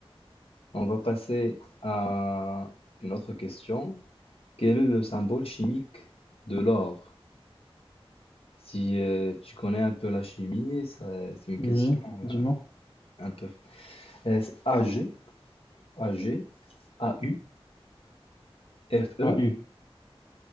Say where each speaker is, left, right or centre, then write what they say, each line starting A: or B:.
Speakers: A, on the left; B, on the left.
A: on va passer à une autre question. Quel est le symbole chimique de l'or? Si euh, tu connais un peu la chimie, ça- c'est une
B: Oui,
A: question
B: dis-moi.
A: euh, un peu. Euh, c'est AG, AG, AU, FE,
B: Ah, U.